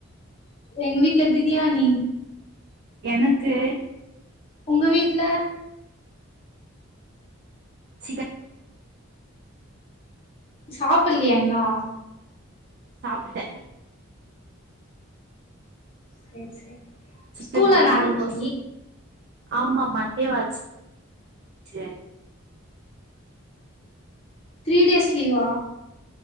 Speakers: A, on the left; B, on the right.
A: எங்க வீட்டுல பிரியாணி
B: எனக்கு
A: உங்க வீட்டுல
B: சிக்க
A: சாப்பில்லையா இன்னு
B: சாப்டுட்டே
A: சேரி சேரி
B: சிக்கன்
A: ஸ்கூலா
B: கொழம்பு
A: நாளக்கி
B: தோச ஆமா மன்டே வாச்சே
A: த்ரீ டேஸ் லீவா